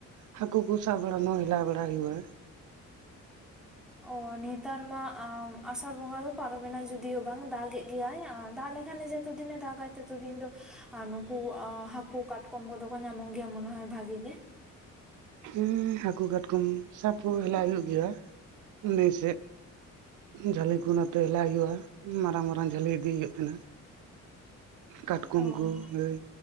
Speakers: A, on the right; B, in the centre.
A: ᱦᱟᱹᱠᱩ ᱠᱚ ᱥᱟᱵ ᱵᱲᱟ <unintelligible> ᱵᱟᱲᱟ ᱦᱩᱭᱤᱜ-ᱟ᱾
B: ᱚ ᱱᱮᱛᱟᱨ ᱢᱟ ᱟᱥᱟᱲ ᱵᱚᱸᱜᱟ ᱫᱚ ᱯᱟᱨᱚᱢᱮᱱ-ᱟ ᱡᱩᱫᱤᱭᱳ ᱵᱟᱝ ᱫᱟᱜ ᱜᱮᱫ ᱜᱮᱭᱟᱭ ᱟᱨ ᱫᱟᱜ ᱞᱮᱠᱷᱟᱱ ᱡᱮ ᱛᱚ ᱫᱤᱱᱮ ᱫᱟᱜᱟᱭ ᱛᱚ ᱫᱤᱱ ᱫᱚ ᱟᱨ ᱱᱩᱠᱩ ᱦᱟᱹᱠᱩ ᱠᱟᱴᱠᱚᱢ ᱠᱚᱫᱚ ᱠᱚ ᱧᱟᱢᱚᱜ ᱜᱮᱭᱟ ᱢᱚᱱᱮ ᱦᱚᱭ ᱵᱷᱟᱹᱜᱤ ᱜᱮ?
A: ᱦᱩᱸ ᱦᱟᱹᱠᱩ ᱠᱟᱴᱠᱚᱢ ᱥᱟᱵ ᱠᱚ ᱦᱮᱞᱟᱜ ᱦᱩᱭᱩᱜ ᱜᱮᱭᱟ, ᱱᱟᱭ ᱥᱮᱫ᱾ ᱡᱷᱟᱹᱞᱤ ᱠᱚ ᱱᱚᱛᱮ ᱦᱮᱞᱟᱜ ᱦᱩᱭᱩᱜ-ᱟ, ᱢᱟᱨᱟᱝ ᱢᱟᱨᱟᱝ ᱡᱷᱟᱹᱞᱤ ᱤᱫᱤ ᱦᱩᱭᱩᱜ ᱛᱟᱦᱮᱱ-ᱟ᱾ ᱠᱟᱴᱠᱚᱢᱠᱩ
B: ᱚ
A: ᱦᱟᱹᱭ